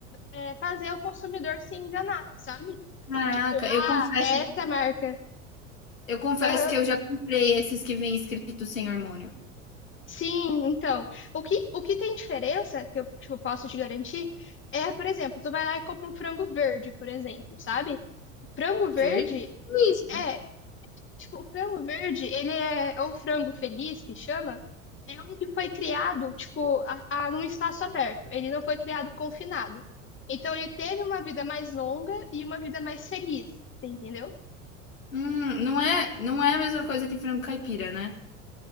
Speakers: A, on the left; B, on the left.
A: é, fazer o consumidor se enganar, sabe?
B: Caraca,
A: Tipo, ah,
B: eu confesso
A: é essa marca.
B: Eu confesso
A: Aham.
B: que eu já comprei esses que vem escrito sem hormônio.
A: Sim, então, o que, o que tem diferença que eu, tipo, posso te garantir é, por exemplo, tu vai lá e compra um frango verde, por exemplo, sabe? Frango verde
B: Verde? O que, que é isso?
A: é Tipo, o frango verde, ele é ou frango feliz que chama, é um que foi criado, tipo, a, a, num espaço aberto. Ele não foi criado confinado. Então ele teve uma vida mais longa e uma vida mais feliz, você entendeu?
B: Hum, não é, não é a mesma coisa que frango caipira, né?